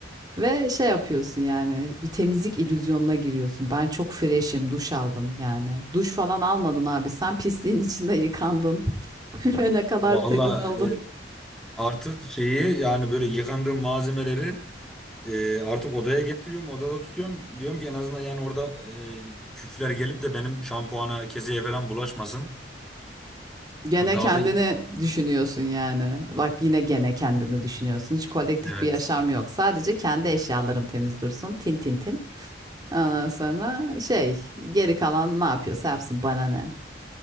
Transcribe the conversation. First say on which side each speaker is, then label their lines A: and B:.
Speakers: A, on the right; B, in the centre.
A: ve şey yapıyorsun yani bir temizlik illüzyonuna giriyorsun. Ben çok fresh'im, duş aldım yani. Duş falan almadın abi. Sen pisliğin içinde yıkandın <laughs> ve ne kadar
B: Valla
A: temiz oldu.
B: e, artık şeyi yani böyle yıkandığım malzemeleri e, artık odaya getiriyorum odada tutuyorum. Diyorum ki en azından yani orada e, küfler gelip de benim şampuana keseye falan bulaşmasın.
A: Gene
B: Hani Daha
A: kendini
B: da
A: düşünüyorsun yani. Bak yine gene kendini düşünüyorsun. Hiç kolektif
B: evet.
A: bir yaşam yok. Sadece kendi eşyalarım temiz dursun. Tin tin tin. Ondan sonra şey geri kalan ne yapıyorsa yapsın bana ne.